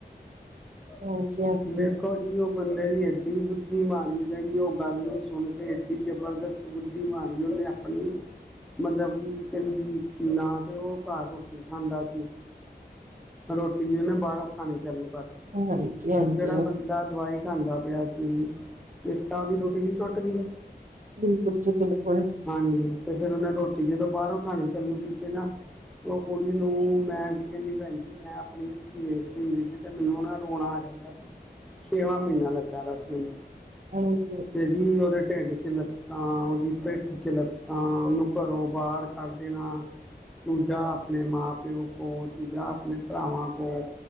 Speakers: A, in the centre; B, on the right.
A: <unintelligible>
B: ਹਾਂਜੀ ਹਾਂਜੀ
A: ਦੇਖੋ ਜੀ। ਉਹ ਬੰਦੇ ਦੀ ਐਏ ਡੀ ਬੁੱਧੀ ਮਾਰੀ ਗਈ। ਉਹ ਗੱਲ ਨੂੰ ਸੁਣ ਕੇ ਐ ਏ ਡੀ ਜ਼ਬਰਦਸਤ ਬੁੱਧੀ ਮਾਰੀ ਉਹਨੇ ਆਪਣੀ, ਮਤਲਬ ਕਿ ਤ ਨਾ ਤੇ ਉਹ ਘਰ ਰੋਟੀ ਕਮਾਦਾਂ ਆਪਣੀ। ਰੋਟੀ ਵੀ ਉਹਨੇ ਬਾਹਰੋਂ ਖਾਣੀ ਚਾਲੂ ਕਰਰ
B: ਹਾਂਜੀ
A: ਹੁਣ
B: ਹਾਂਜੀ
A: ਜਿਹੜਾ ਬੰਦਾ ਦਵਾਈ ਖਾਦਾ ਪਿਆ ਸੀ। ਇਕ ਤਾਂ ਦੀ ਉਹਦੀ ਰੋਟੀ ਨੀ ਟੁੱਟ ਗਈ।
B: ਬਿਲਕੁਲ ਜੀ ਬਿਲਕੁਲ, ਜਨਰਲ ਪਾਉਣੇ।
A: ਹਾਂਜੀ ਤੇ ਫੇਰ ਉਹਨੇ ਰੋਟੀ ਜਦੋਂ ਬਾਹਰੋਂ ਖਾਣੇ। ਚਾਲੂ ਕੀਤੇ ਨਾ ਉਹ ਕੁੜੀ ਨੂੰ ਮੈਂ ਕੀ ਕਹਿੰਦੀ ਭੈਣ ਜੀ ਮੈਂ ਆਪਣੀ ਅੱਖੀਂ ਵੇਖਦੀ ਹੁੰਦੀ ਸੀ। ਤੇ ਮੈਨੂੰ ਨਾ ਰੋਣਾ ਆ ਜਾਂਦਾ ਸੀ। ਛੇਵਾਂ ਮਹੀਨਾ ਲੱਗਾ। ਦੱਸ ਉਹਨੂੰ
B: ਹਾਂਜੀ
A: ਤੇ ਜੀ ਉਹਦੇ ਢਿੰਡ ਚ ਲੱਤ ਤਾਂ ਉਹਦੀ ਪਿੱਠ ਵਿੱਚ ਲੱਤਾਂ, ਉਹਨੂੰ ਘਰੋਂ ਬਾਹਰ ਕੜ ਦੇਣਾ। ਤੂੰ ਜਾ ਆਪਣੇ ਮਾਂ ਪਿਓ ਕੋਲ। ਤੂੰ ਜਾ ਆਪਣੇ ਭਰਾਵਾਂ ਕੋਲ।